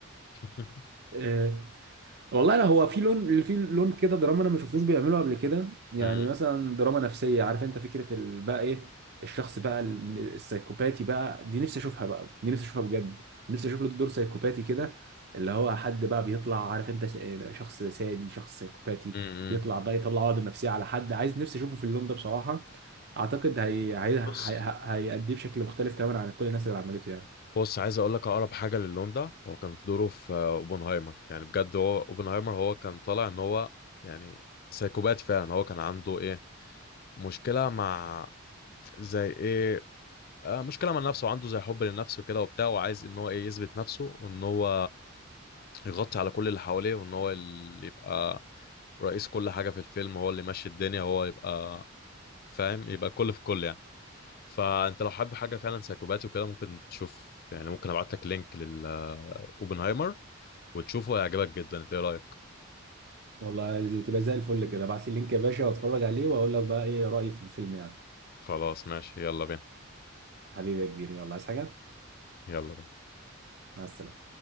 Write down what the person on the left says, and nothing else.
<laughs>
مم،
مم، مم.
بص
بص عايز اقول لك اقرب حاجه للون ده هو كان في دوره في آه، اوبنهايمر يعني بجد هو اوبنهايمر هو كان طالع ان هو يعني سايكوبات فعلا هو كان عنده ايه مشكله مع زي ايه آه مشكله مع نفسه عنده زي حب للنفس وكده وبتاع وعايز ان هو ايه يثبت نفسه وان هو يغطي على كل اللي حواليه وان هو اللي يبقى رئيس كل حاجه في الفيلم هو اللي ماشي الدنيا هو يبقى فاهم يبقى كل في كل يعني فانت لو حابب حاجه فعلا سايكوباتي وكده ممكن تشوف يعني ممكن ابعت لك لينك للاوبنهايمر وتشوفه هيعجبك جدا انت ايه رايك
خلاص ماشي يلا بينا
يلا بينا